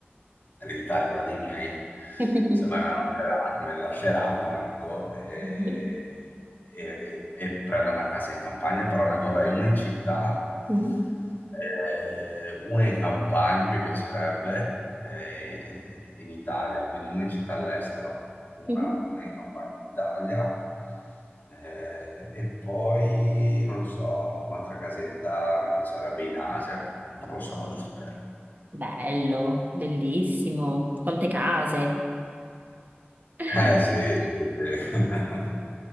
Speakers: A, on the left (about 50°); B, on the right (about 45°).
A: ereditare quella dei miei,
B: <laughs>
A: semmai me la lasceranno, me la lasceranno, ecco, e,
B: Mhm.
A: e, e- e prendere una casa in campagna, però ne vorrei una in città,
B: Mhm.
A: eh, una in campagna mi piacerebbe, eh, in Italia, quindi una in città all'estero, una,
B: Mhm. <laughs>
A: una in campagna in Italia eh, e poi, non lo so, un'altra casetta mi piacerebbe in Asia, non lo so, giusto per...
B: Bello, bellissimo. Quante case. <laughs>
A: Eh sì, sì, sì. <laughs>